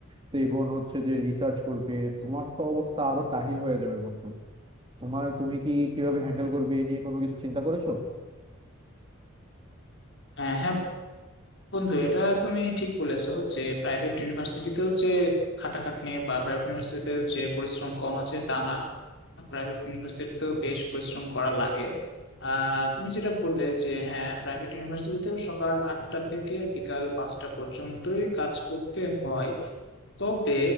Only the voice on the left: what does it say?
আহ, হ্যাঁ বন্ধু এটা তুমি ঠিক বলেছো যে প্রাইভেট ইউনিভার্সিটিতেও যে খাটাখাটনি বা প্রাইভেট ইউনিভার্সিটিতেও যে পরিশ্রম কম আছে তা না প্রাইভেট ইউনিভার্সিটিতেও বেশ পরিশ্রম করা লাগে আহ তুমি যেটা বললে যে হ্যাঁ প্রাইভেট ইউনিভার্সিটিতেও সকাল আটটা থেকে বিকাল পাঁচটা পর্যন্তই কাজ করতে হয় তবে